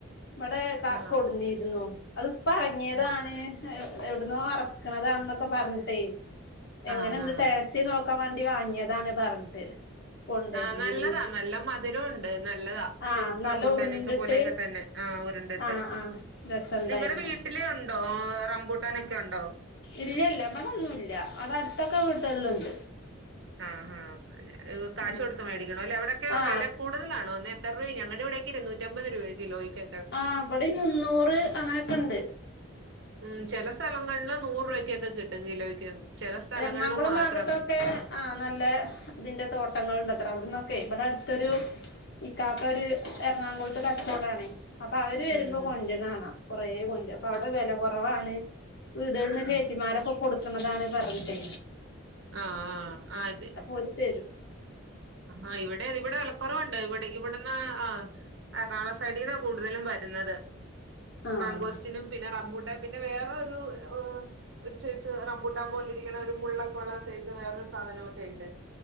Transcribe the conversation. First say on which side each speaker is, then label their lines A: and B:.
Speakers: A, on the left; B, on the right.
A: ഇവിടെ ക
B: ആ
A: കൊടുന്നിരുന്നു അത് പ്പഴങ്ങിയതാണ്.
B: ഉം
A: എവിടുനോ അ റക്ണതാണെന്നൊക്കെ പറഞ്ഞിട്ടേ എങ്ങനെ
B: ആ ഹാ
A: ഉണ്ട് ടേസ്റ്റ് നോക്കാൻ വാ ണ്ടി വാങ്ങേതാണ് പറഞ്ഞിട്ട്. കൊണ്ടരുന്നിരുന്നു
B: ആ നല്ലതാ നല്ല മധുരോ ഉണ്ട് നല്. നല്ലതാ
A: ആഹ്
B: റമ്പുട്ടാനെ
A: നല്ല ഉരുണ്ടിട്ട്
B: ഒക്കെ പോലെ തന്നെ ആ ഉരുണ്ടിട്ട്
A: ആഹ് ആഹ് രസണ്ടായിരുന്നു
B: നിങ്ങടെ വീട്ടിൽ ഉണ്ടോ റബൂട്ടാനൊക്കെ ഉണ്ടോ?
A: ഇല്ല ഇല്ല ഇവിടെന്നുല്ല അവിടെ അടുത്തൊക്കെ വീട്ടേളിലുണ്ട്.
B: ആ ആഹ കാശ്
A: ഉം
B: കൊടുത്ത് മേടിക്കണ ല്ലേ എവിടൊക്കെ
A: ആഹ്
B: വെല കൂടുതലാണോ ന്ന് എത്ര രൂപ ഞങ്ങളെ? ഇരുനൂറ്റമ്പത് രൂപ കിലോയ്ക്ക്
A: ആ അവിടെ മുന്നൂറ് അങ്ങനെയൊക്കെണ്ട്
B: ഉ ചില സ്ഥലങ്ങളിൽ നൂറ് രൂപയ്ക്കൊക്കെ കിട്ടും കിലോയ്ക്ക് ചെല സ്ഥലങ്ങളില്
A: എറണാകുളം
B: മാത്രം
A: ഭാഗത്തൊക്കെ ആ നല്ല ഇതിന്റെ തോട്ടങ്ങൾ ഉണ്ട്ത്ര അവിടന്നൊ ഇമ്മടെ അടുത്തൊരു ഇക്കാക്ക ഒരു എറണാകുളത്തെ കച്ചവടാണ് അപ്പൊ അവര് വരുമ്പോ
B: ഉം ഉം
A: കൊണ്ട് വരുന്ന കാണാ കൊറ കൊണ്ട് അപ്പൊ അവിടെ
B: ആ
A: വില കുറവാണ് വീട് കളിന്ന് ചേച്ചിമാരൊക്കെ
B: ഉം
A: കൊടുക്കുന്നതാണ് പറഞ്ഞിട്ടെ
B: ആ അ അതെ
A: ഓര് തരും
B: ആ ഇവിടെ അത അത് ഇവിടെ വിലക്കുറവുണ്ട് ഇവിടെ ഇവിടന്ന് ആ എറണകുള സൈഡീന്നാ കൂടുതലും വരുന്നത്
A: ആഹ്
B: മാങ്കോസ്റ്റിനും പിന്നെ റമ്പൂട്ടൻ പിന്നെ വേറരു ഒരു സൈസ് റബൂട്ടാൻ പോലെ ഇരിക്കണ ഒരു മുള്ളക്കുള വേറൊരു സാധനൊക്കെ ഉണ്ട്